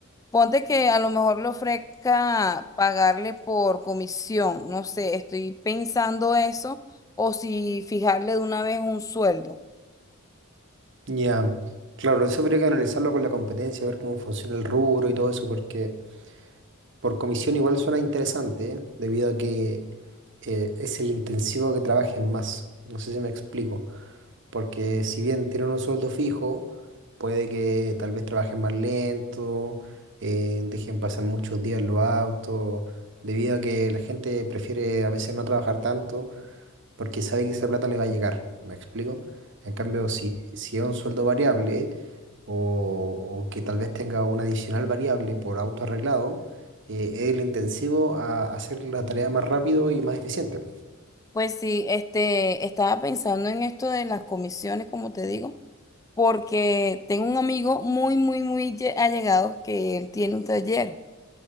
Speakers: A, on the left (about 15°); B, on the right (about 60°).
A: Ponte que a lo mejor le ofrezca pagarle por comisión. No sé, estoy pensando eso. O si fijarle de una vez un sueldo.
B: Ya, Claro, eso habría que analizarlo con la competencia, ver cómo funciona el rubro y todo eso, porque por comisión igual suena interesante, ¿eh? Debido a que eh, es el intensivo que trabajen más. No sé si me explico. Porque si bien tienen un sueldo fijo, puede que tal vez trabajen más lento, eh, dejen pasar muchos días en los autos, debido a que la gente prefiere a veces no trabajar tanto porque sabe que esa plata le va a llegar, ¿me explico? En cambio, si, si es un sueldo variable o, o que tal vez tenga una adicional variable por auto arreglado, eh, es el intensivo a hacer la tarea más rápido y más eficiente.
A: Pues sí, este, estaba pensando en esto de las comisiones, como te digo, porque tengo un amigo muy, muy, muy lle- allegado que él tiene un taller.